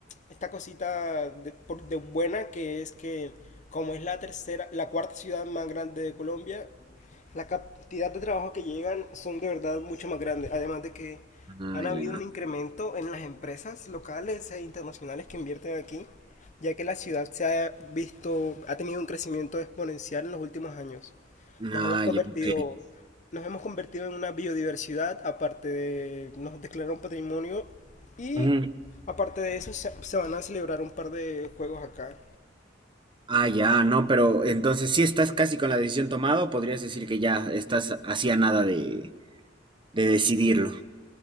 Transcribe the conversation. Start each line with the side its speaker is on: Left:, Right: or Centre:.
Left: esta cosita de, por- de buena que es que como es la tercera, la cuarta ciudad más grande de Colombia, la cantidad de trabajo que llegan son de verdad mucho más grandes. Además de que
Right: Ah,
Left: han
Right: ya.
Left: habido un incremento en las empresas locales e internacionales que invierten aquí, ya que la ciudad se ha visto, ha tenido un crecimiento exponencial en los últimos años. Nos
Right: Ah,
Left: hemos convertido,
Right: ya, ok.
Left: nos hemos convertido en una biodiversidad, aparte de nos declararon patrimonio y
Right: Ujú.
Left: aparte de eso se, se van a celebrar un par de juegos acá.
Right: Ah, ya, no, pero entonces sí estás casi con la decisión tomada o podrías decir que ya estás hacía nada de, de decidirlo.